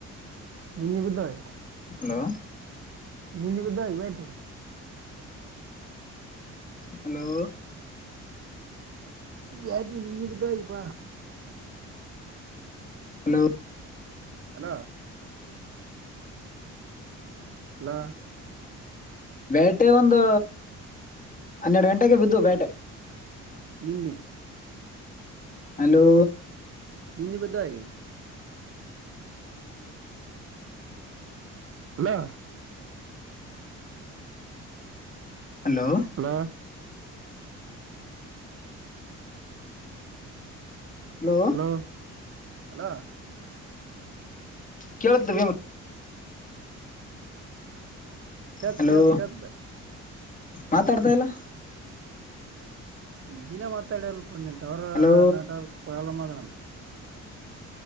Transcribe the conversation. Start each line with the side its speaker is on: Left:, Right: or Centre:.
Right: ಹಿಂದ್ ಬಿದ್ದವೆ.
Left: ಹಲೋ
Right: ನಿನ್ನ <unintelligible>
Left: ಹಲೋ
Right: ಬ್ಯಾಟಿ ಹಿನೀಗ ಬಿದ್ದಾವ ಈಗಪಾ
Left: ಹಲೋ
Right: ಅಲೋ ಹಲೋ
Left: ಬ್ಯಾಟಿ ಒಂದು ಹನ್ನೆರಡ ಗಂಟೆಗೆ ಬಿದ್ದು ಬ್ಯಾಟಿ
Right: ನಿನ್ನೆ
Left: ಹಲೋ
Right: ನಿನ್ನೆ ಬಿದ್ದಾಯಿ ಅಲೋ
Left: ಹಲೋ
Right: ಹಲೋ
Left: ಹಲೋ
Right: ಹ ಹಲೋ
Left: ಕೇಳುತ್ತ ಬಿಮ್
Right: ಕೇಳ್ತ್
Left: ಹಲೋ
Right: ಕೇಳ್ತ್ ಕೇಳ್ತ್
Left: ಮಾತಾಡ್ತಾ ಇಲ್ಲಾ
Right: ನೀನ ಮಾತಾಡ್ಲಿಲ್ಲಪ ನಿನ್ನ ಟವರ್
Left: ಹಲೋ
Right: ನೆಟ್ವರ್ಕ್ ಪ್ಪ್ರಾಬ್ಲಮ್ಮದನ